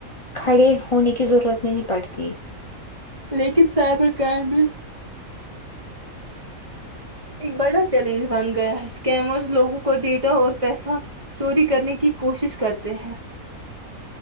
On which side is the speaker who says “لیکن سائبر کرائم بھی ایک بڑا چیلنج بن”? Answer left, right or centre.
Right